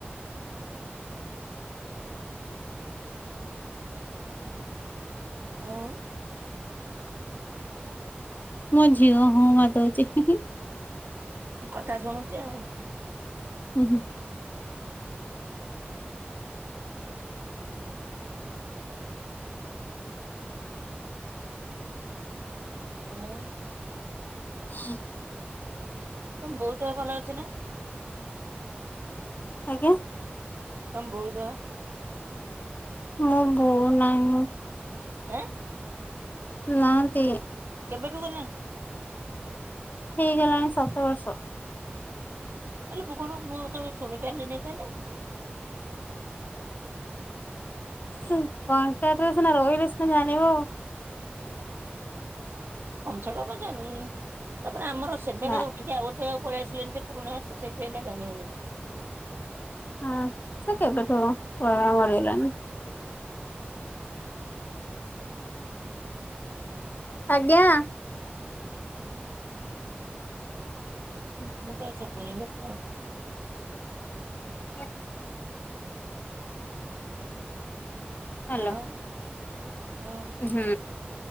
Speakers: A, on the right; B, on the left.
A: ହଁ।
B: ମୋ ଝିଅ ହଁ ମାର ଦଉଛି।
A: କଥା ଶୁଣୁଛି ଆଉ
B: ହୁଁ ହୁଁ।
A: ହଁ।
B: ହୁଁ।
A: ତୋ ବୋଉ ଦେହ ଭଲ ଅଛି ନା?
B: ଆଜ୍ଞା।
A: ତମ ବୋଉ ଦେହ?
B: ମୋ ବୋଉ ନାହିଁ।
A: ହେଁ।
B: ନାହାନ୍ତି।
A: କେବେଠୁ ଗଲାଣି?
B: ହେଇଗଲାଣି ସାତ ବର୍ଷ।
A: ହେଲେ ମୁଁ କଣ ମୁଁ କେବେ ଶୁଣି ପାରିଲିନି ତାହାଲେ।
B: ହୁଁ କଣ୍ଟାକ୍ଟରେ ସିନା ରହିଲେ ସିନା ଜାଣିବ।
A: <inaudible> ତାପରେ ଆମର ସେଠାକାର
B: ନା
A: ଉଠି ଆଉ ଗୋଟେ ଯାଗାକୁ ପଳେଇଆସିଲେନି ଯେ ସେଥିପାଇଁକା ଯାଇ ହଉନି।
B: ହଁ ସେ କେବେଠୁ ଗୟା ମରିଗଲାଣିନା। ଆଜ୍ଞା।
A: <inaudible>
B: କଣ? ହ୍ୟାଲୋ।
A: ଆଉ ହଁ।
B: ହୁଁ ସେ